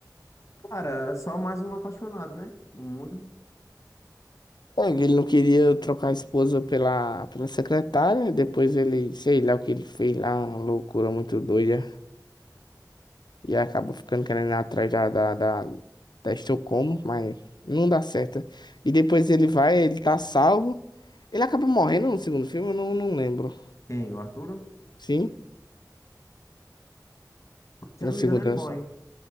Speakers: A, on the left; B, on the left.
A: Cara, é só mais um apaixonado, né? No mundo.
B: É, ele não queria trocar a esposa pela, pela secretária, depois ele, sei lá o que ele fez lá, uma loucura muito doida, e acabou ficando querendo ir atrás da, da, da, da Estocolmo, mas não dá certo. E depois ele vai, ele tá salvo, ele acaba morrendo no segundo filme, eu não, não lembro.
A: Quem? O Arturo?
B: Sim,
A: Se
B: na
A: eu não
B: segunda,
A: me engano, ele morre. Se